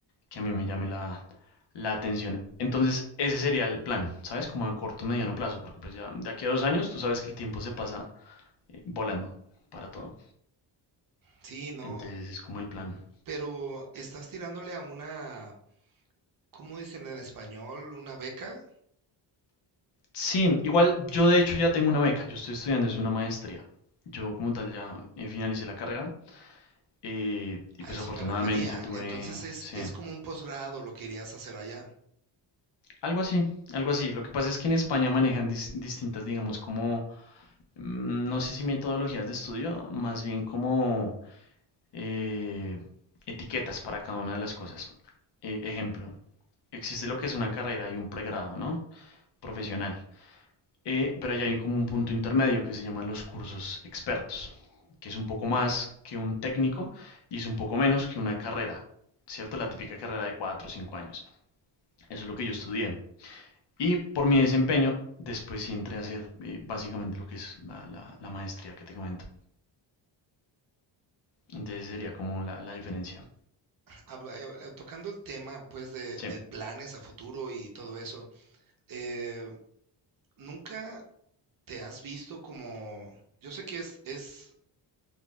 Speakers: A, on the left; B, on the right.
A: que a mí me llame la, la atención. Entonces, ese sería el plan, ¿sabes? Como a corto, mediano plazo, porque pues ya de aquí a dos años tú sabes que el tiempo se pasa eh, volando para todo.
B: Sí, no,
A: Entonces, es como el plan.
B: pero estás tirándole a una, ¿cómo dicen en español? ¿Una beca?
A: Sí, igual yo de hecho ya tengo una beca, yo estoy estudiando, es una maestría. Yo como tal ya eh, finalicé la carrera eh, y
B: A
A: pues
B: eso
A: afortunadamente
B: me refería.
A: tuve,
B: Entonces es,
A: sí,
B: es como un posgrado lo que irías a hacer allá.
A: algo así, algo así. Lo que pasa es que en España manejan dis- distintas, digamos, como, mm, no sé si metodologías de estudio, más bien como eh, etiquetas para cada una de las cosas. Eh, ejemplo, existe lo que es una carrera y un pregrado, ¿no? Profesional. Eh, pero allá hay como un punto intermedio que se llaman los cursos expertos, que es un poco más que un técnico y es un poco menos que una carrera, ¿cierto? La típica carrera de 4 o 5 años. Eso es lo que yo estudié. Y por mi desempeño, después sí entré a hacer eh, básicamente lo que es la, la- la maestría que te comento. Entonces sería como la, la diferencia.
B: Habla- eh, eh, tocando el tema, pues, de,
A: Sí,
B: de planes a futuro y todo eso, eh, ¿nunca te has visto como... Yo sé que es, es,